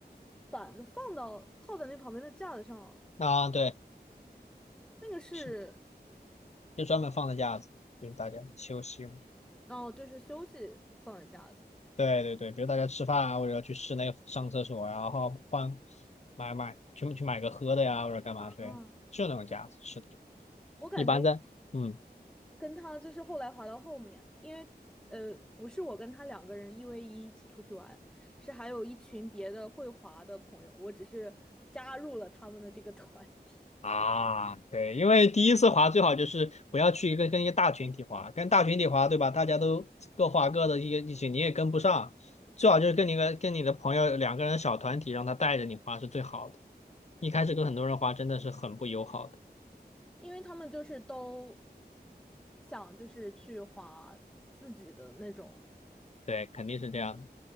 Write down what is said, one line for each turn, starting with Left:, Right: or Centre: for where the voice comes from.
Centre: 板子放到靠在那旁边的架子上了，
Left: 啊，对，
Centre: 那个是
Left: 是，就专门放的架子，就是大家休息用。
Centre: 然后就是休息放的架子，
Left: 对对对，比如大家吃饭啊，或者去室内上厕所呀、然后换买买，全部去买个喝的呀，或者干嘛？对，
Centre: 嗯，
Left: 就那种架子，是的，
Centre: 我感觉我
Left: 一般的，嗯。
Centre: 跟他就是后来滑到后面，因为呃，不是我跟他两个人一 v 一一起出去玩，是还有一群别的会滑的朋友，我只是加入了他们的这个 <laughs> 团体，
Left: 啊，对，因为第一次滑最好就是不要去一个跟一个大群体滑，跟大群体滑，对吧？大家都各滑各的，一个一起你也跟不上，最好就是跟你个跟你的朋友两个人的小团体，让他带着你滑是最好的。一开始跟很多人滑真的是很不友好的，
Centre: 因为他们就是都想就是去滑自自己的那种，
Left: 对，肯定是这样的，